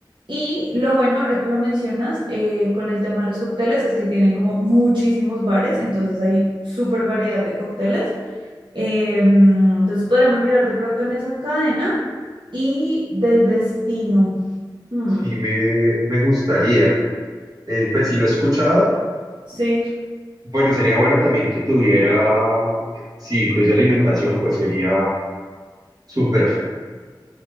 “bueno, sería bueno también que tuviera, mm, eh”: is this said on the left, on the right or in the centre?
Right